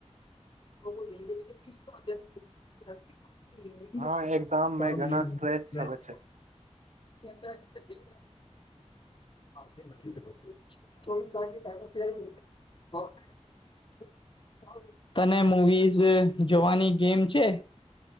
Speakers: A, on the left; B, on the right.
A: <inaudible> <unintelligible>
B: હા એક્ઝામ મે ઘણા સ્ટ્રેસ આવે છે
A: <unintelligible> <inaudible> તને મુવીઝ જોવાની ગેમ છે.